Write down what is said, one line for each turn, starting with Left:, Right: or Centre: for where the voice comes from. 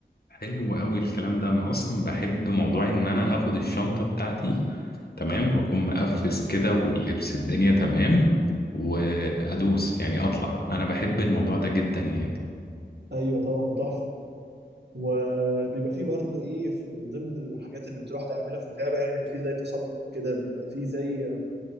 Left: حلو قوي الكلام ده انا اصلا بحب موضوع ان انا اخد الشنطه بتاعتي تمام واكون مقفز كده واللبس الدنيا تمام وادوس يعني اطلع انا بحب الموضوع ده جدا يعني
Right: ايوه طبعا تحفة وبيبقى فيه برضه ايه في ضمن الحاجات اللي بتروح تعملها في الغابه يعني بيبقى فيه زي تسلق كده بيبقى فيه زي